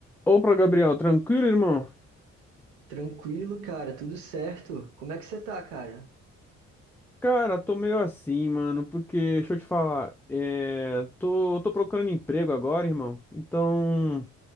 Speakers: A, in the centre; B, on the right.
A: Opa, Gabriel, tranquilo, irmão?
B: Tranquilo, cara, tudo certo. Como é que você tá, cara?
A: Cara, tô meio assim, mano, porque, deixa eu te falar, é, tô, tô procurando emprego agora, irmão, então